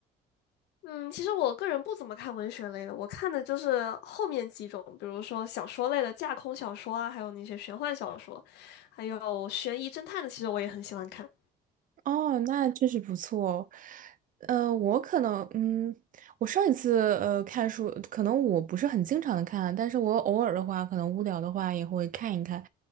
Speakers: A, on the left; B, on the right.
A: 嗯，其实我个人不怎么看文学类的，我看的就是后面几种，比如说小说类的架空小说啊，还有那些玄幻小说，还有悬疑侦探的，其实我也很喜欢看。
B: 哦，那确实不错哦呃，我可能，嗯，我上一次呃看书，可能我不是很经常的看啊，但是我偶尔的话，可能无聊的话也会看一看。